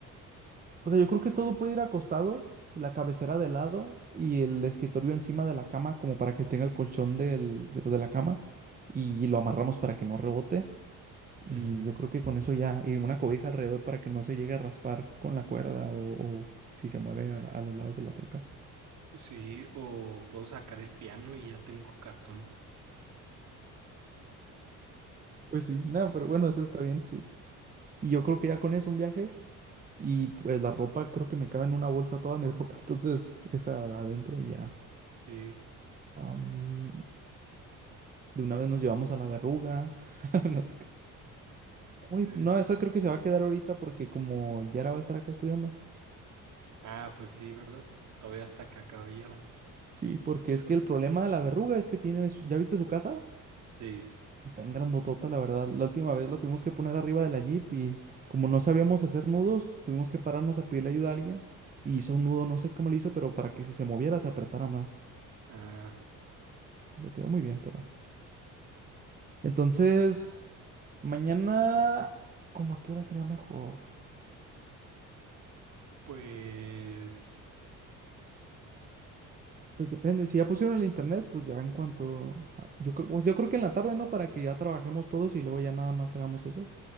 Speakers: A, on the right; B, on the right.
A: o sea, yo creo que todo puede ir acostado, la cabecera de lado y el escritorio encima de la cama, como para que tenga el colchón del, de, pues, de la cama, y lo amarramos para que no rebote. Y
B: ujú,
A: yo creo que con eso ya, y una cobija alrededor para que no se llegue a raspar con la cuerda o, o si se mueve a, a los lados de la troca.
B: sí, o puedo sacar el piano y ya tengo cartón.
A: Pues sí, nada, pero bueno, eso está bien, sí. Y yo creo que ya con eso un viaje y pues la ropa, creo que me cabe en una bolsa toda mi ropa, <laughs> entonces esa adentro y ya.
B: Sí.
A: Am, de una vez nos llevamos a la verruga. <laughs> No te creas. Uy,
B: eh,
A: no, esa creo que se va a quedar ahorita porque como Yara va a estar acá estudiando.
B: ah, pues sí, ¿verdad? Todavía hasta que acabe ya.
A: Sí, porque es que el problema de la verruga es que tiene, su- ¿ya viste su casa?
B: Sí.
A: Está en grandotota, la verdad. La última vez la tuvimos que poner arriba de la Jeep y como no sabíamos hacer nudos, tuvimos que pararnos a pedirle ayuda a alguien y hizo un nudo, no sé cómo le hizo, pero para que si se moviera se apretara más.
B: Ah,
A: Le quedó muy bien, pero... Entonces, mañana, ¿cómo a qué hora sería mejor?
B: Pues,
A: Pues depende, si ya pusieron el internet, pues ya en cuanto... a- Yo, cre- pues yo creo que en la tarde, ¿no? Para que ya trabajemos todos y luego ya nada más hagamos eso.